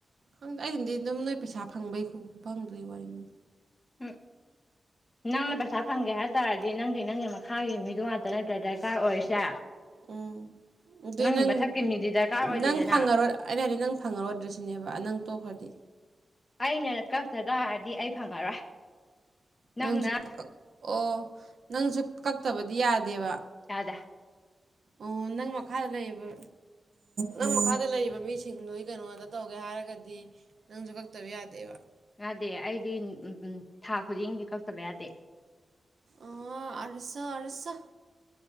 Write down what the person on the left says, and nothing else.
ꯎꯝ ꯅꯪꯅ ꯄꯩꯁꯥ ꯐꯪꯒꯦ ꯍꯥꯏ ꯇꯥꯔꯗꯤ ꯅꯪꯗꯤ ꯅꯪꯒꯤ ꯃꯈꯥꯒꯤ ꯃꯤꯗꯣ ꯉꯥꯛꯇ ꯅꯠꯇ꯭ꯔ ꯗꯔꯀꯥꯔ ꯑꯣꯏꯔꯤꯁꯦ
ꯅꯪꯒꯤ
ꯃꯊꯛꯀꯤ ꯃꯤꯗꯤ ꯗꯔꯀꯥꯔ ꯑꯣꯏꯗꯦꯗꯅ
ꯑꯩꯅ ꯀꯛꯇ ꯇꯥꯔꯗꯤ ꯑꯩ ꯐꯪꯉꯔꯣꯏ ꯅꯪꯅ
ꯌꯥꯗ
ꯌꯥꯗꯦ ꯑꯩꯗꯤ ꯎ ꯊꯥ ꯈꯨꯗꯤꯡꯒꯤ ꯀꯛꯇꯕ ꯌꯥꯗꯦ